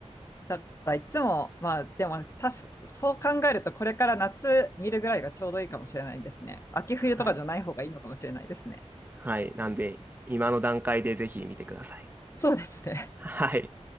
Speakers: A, on the left (about 25°); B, on the right (about 15°).
A: だからいつも、まあ、でも、たし、そう考えると、これから夏見るぐらいがちょうどいいかもしれないですね。秋冬とかじゃない方がいいのかもしれないですね。
B: はい。はい。なんで、今の段階でぜひ見てください。
A: そうですね。
B: はい。